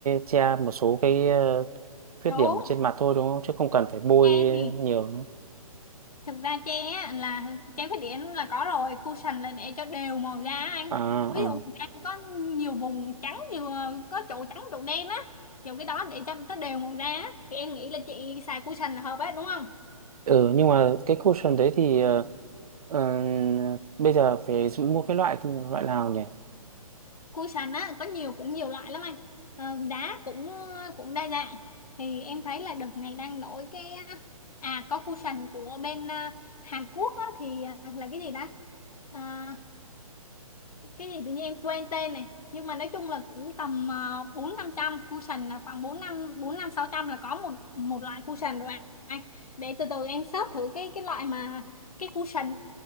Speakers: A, on the right; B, on the left.
A: che một số cái ờ, khuyết
B: đúng
A: điểm ở trên mặt thôi đúng không? Chứ không cần phải bôi
B: tre thì
A: nhiều nữa.
B: thực ra tre á, là tre khuyết điểm là có rồi cushion là để cho đều màu da anh
A: À, à.
B: ví dụ da có nhiều vùng trắng nhiều có chỗ trắng chỗ đen á kiểu cái đó để cho nó đều màu da á. thì em nghĩ là chị xài cushion là hợp ấy đúng không
A: Ừ nhưng mà cái cushion đấy thì ờ, ờ, bây giờ phải mua cái loại loại nào nhỉ?
B: cushion á có nhiều cũng nhiều loại lắm anh Ờ, đá cũng cũng đa dạng thì em thấy là đợt này đang nổi cái à có cushion của bên à, Hàn Quốc á, thì à, là cái gì ta À, cái gì tự nhiên em quên tên này nhưng mà nói chung là cũng tầm ờ, bốn năm trăm cushion là khoảng bốn năm bốn năm sáu trăm là có một một loại cushion rồi anh để từ từ em search thử cái cái loại mà cái cushion